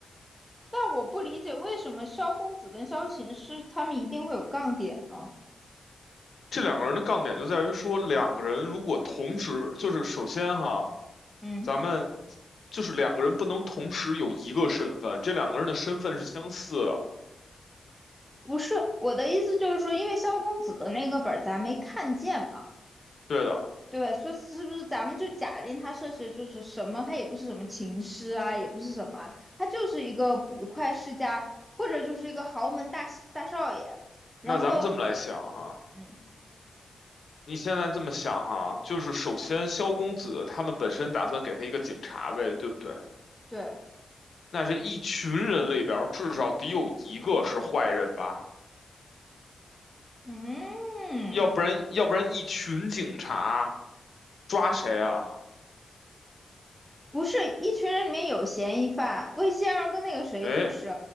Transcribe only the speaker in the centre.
但我不理解为什么萧公子跟萧琴师他们一定会有杠点呢？
嗯，
不是，我的意思就是说，因为萧公子的那个本儿咱没看见嘛，
对吧？所以是不是咱们就假定他涉嫌就是什么？他也不是什么琴师啊，也不是什么啊他就是一个捕快世家，或者就是一个豪门大大少爷。然后，
嗯，
对，
嗯，
不是一群人里面有嫌疑犯，魏仙儿跟那个谁就是。